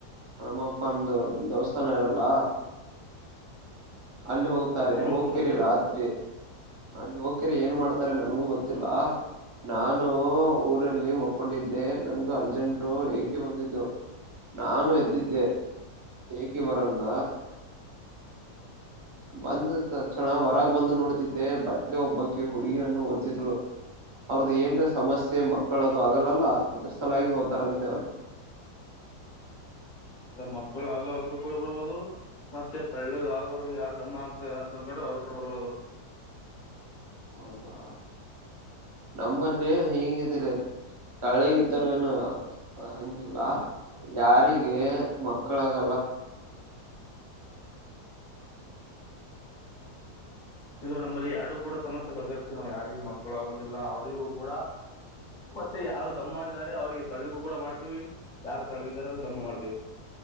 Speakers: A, on the right; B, on the left.
A: ಹನುಮ್ಮಪ್ಪಂದು ದೇವಸ್ಥಾನ ಇರಲ್ಲ ಅಲ್ಲಿ ಹೋಗ್ತಾರೆ
B: ಹನುಮಪ್ಪಂದು
A: ಹೋಗ್ತಿರಿ ರಾತ್ರಿ ಅಲ್ಲಿ ಹೋಗಕರಿ ಏನ್ ಮಾಡ್ತಾರೆ ನನ್ಗೂ ಗೊತ್ತಿಲ್ಲ ನಾನು ಊರಲ್ಲಿ ಮಕ್ಕೊಂಡಿದ್ದೆ ನನ್ಗೂ ಅರ್ಜೆಂಟು ಏಕೆ ಬಂದಿದ್ದು ನಾನು ಎದ್ದಿದ್ದ ಇ ಏಕೆ ಬರಂದ ಬಂದ ತಕ್ಷಣ ಹೊರಗ ಬಂದು ನೋಡ್ತಿದ್ದೆ ಬತ್ಲೆ ಒಬ್ಬಕ ಹುಡುಗ ಹಣ್ಣು ಓ್ತದ್ಳರು ಅವ್ರದ್ದ ಏನ್ರ ಸಮಸ್ಯೆ ಮಕ್ಕಳದು ಆಗಲ್ಲಲ್ಲ ಅದ್ರ ಸಲಾಗಿ ಹೋ್ತಾರಂತೆ ಅವರು
B: ಮಕ್ಕಳು ಆಗ್ಲ್ರದ್ರರು ಕೂಡ ಬರ್ಬಹದು ಮತ್ತೆ ತಳ್ಳಗ ಆಗೋರು ಯಾರ ದಮ್ಮ ಆಗ್ತದೆ ಅಂತ ಅನ್ಕೊಂಡ್ರೆ ಅವ್ರರು ಕೂಡ ಬರ್ಬಹದು
A: ಹೌದಾ ನ ಮ್ಮಲ್ಲಿ ಹೇಂಗ್ದೀರ ತಳ್ಳೆಗಿದ್ದರು ಏನು ಅಂದಿಲ್ಲಾ ಯಾರಿಗೆ ಮಕ್ಕಳಾಗ
B: ಇಲ್ಲ ನಮ್ಮಲ್ಲಿ ಎರಡು ಕೂಡ ಸಮಸ್ಯೆ ಬಗೆಹರ್ಸ್ತೀವಿ. ನಾವು ಯಾರಿಗ ಮಕ್ಕಳು ಆಗೋದಿಲ್ಲ ಅವರಿಗೂ ಕೂಡ ಮತ್ತೆ ಯಾರು ದಮ್ಮ ಇದ್ದಾರೆ ಅವಿಗೆ ತಳ್ಳಿಗೂ ಕೂಡ ಮಾಡ್ತೀವಿ. ಯಾರು ತಳ್ಳಿಗಿದ್ದಾರೆ ಅವರು ದಮ್ಮ ಮಾಡ್ತೀವಿ.